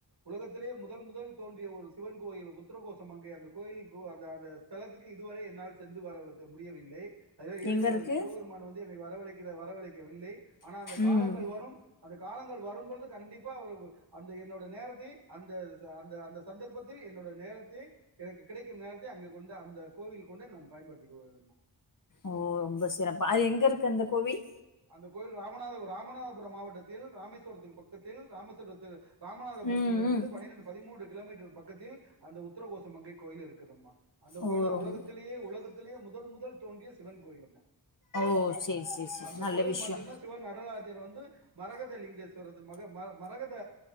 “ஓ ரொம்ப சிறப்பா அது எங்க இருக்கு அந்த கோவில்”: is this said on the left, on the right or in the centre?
Left